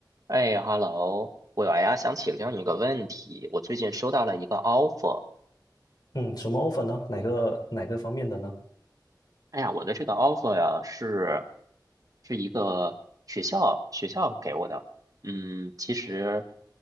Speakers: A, on the right (about 50°); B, on the left (about 60°).
A: 哎，hello，我呀想请教你个问题。我最近收到了一个 offer，
B: 嗯，什么 offer 呢？哪个哪个方面的呢？
A: 哎呀，我的这个 offer 呀是是一个学校学校给我的。嗯，其实